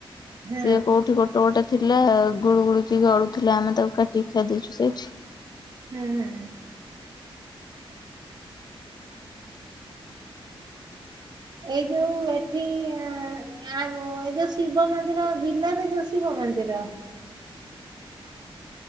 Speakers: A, on the right; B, on the left.
A: ହୁଁ
B: ସିଏ କୋଉଠି ଗୋଟେ ତୋଟେ ଥିଲା ଗୁଳୁ ଗୁଳିକି ଗଡୁ ଥିଲା ଆମେ ତାକୁ କାଟିକି ଖାଇ ଦେଇଛୁ ସେଇଠି।
A: ହୁଁ ହୁଁଁ। ଏଇ ଯୋଉ ଏଠି ଆଉ ଏଇ ଯୋଉ ଶିବ ମନ୍ଦିର ବିଲରେ ଯୋଉ ଶିବ ମନ୍ଦିର?